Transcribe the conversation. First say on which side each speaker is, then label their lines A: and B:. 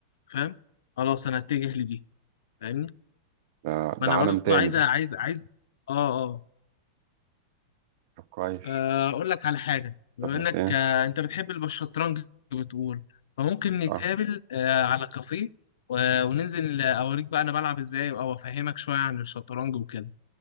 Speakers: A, on the left (about 80°); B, on the right (about 60°).
A: فاهم خلاص انا اتجه لدي فاهمني
B: ده,
A: ما
B: ده
A: انا
B: عالم
A: برضو
B: تاني
A: عايز
B: ده
A: عايز عايز اه اه
B: طب كويس
A: آه، اقول لك على حاجه بما
B: طب ما
A: انك
B: ايه
A: آه، انت بتحب الب- الشطرنج بتقول فممكن نتقابل
B: اه
A: آه، على كافيه و- وننزل اوريك بقى انا بلعب ازاي او افهمك شويه عن الشطرنج وكده